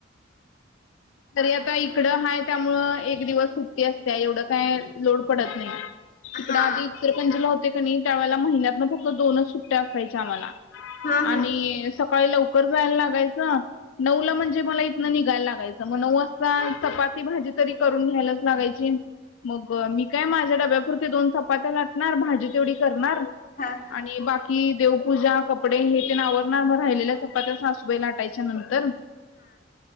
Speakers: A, on the left (about 75°); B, on the left (about 40°).
A: तरी आता इकडं हाय त्यामुळं एक दिवस सुट्टी असत्या एवढं काय लोड पडत नाही
B: हा
A: तिकडं आधी इचलकरंजी ला होते कणी त्या वेळेला महिन्यातनं फक्त दोनच सुट्ट्या असायचा आम्हाला
B: हा हा
A: आणि सकाळी लवकर जायला लागायच नऊ ला म्हणजे मला इथनं निघायला लागायचं मग नऊ असता चपाती भाजी तरी करून घ्यायलाच लागायची मग मी काय माझ्या डब्यापुरत्या दोन चपात्या लाटणार भाजी तेवढी करणार
B: हा हा
A: आणि बाकी च कि देवपूजा कपडे हे तेन आवरणार मग राहिलेल्या चपात्या सासबाई लाटायच्या नंतर
B: हा